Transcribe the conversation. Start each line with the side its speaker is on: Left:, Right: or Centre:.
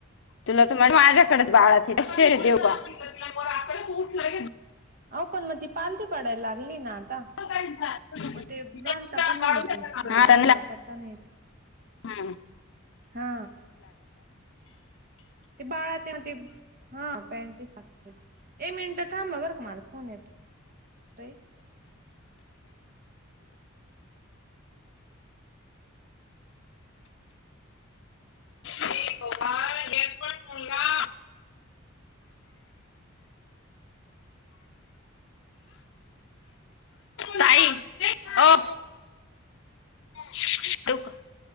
Left: तुला त म्ह माझ्याकडच बाळाचे दुसरे देऊ का त्याच्यामुळे आकडत उठलंय
Right: आव पण म ती पालथी पडायला लागली ना आता
Left: आता
Right: म ते घालता पण येतील बाळाचे वापरता नई येत
Left: हा
Right: हा ते बाळा ते ते हा पॅटी सारखं त्याच एक मिनट थांब वर्क मन फोन येत ताई
Left: गोपाल एक पण मुलगा
Right: <inaudible>
Left: ताई ओ <unintelligible>